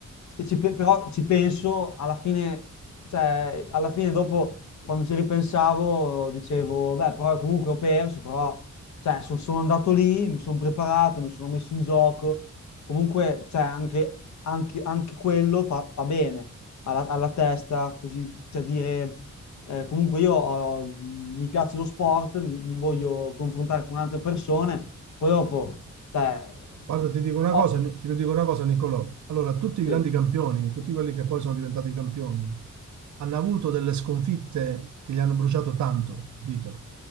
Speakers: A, on the left (about 70°); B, on the right (about 75°).
A: se ci, pe- però ci penso alla fine, cioè, alla fine dopo quando ci ripensavo dicevo, beh, però comunque ho perso, però cioè, son- sono andato lì, mi sono preparato, mi sono messo in gioco, comunque cioè, anche, anche- anche quello fa, fa bene alla, alla testa, così, cioè dire, eh, comunque io ho- mi piace lo sport, mi, mi voglio confrontare con altre persone poi dopo, cioè,
B: Guarda, ti dico una
A: ovvio,
B: cosa,
A: che-
B: ti dico una cosa, Nicolò. Allora, tutti i grandi
A: Sì.
B: campioni, tutti quelli che poi sono diventati campioni, hanno avuto delle sconfitte che gli hanno bruciato tanto, capito?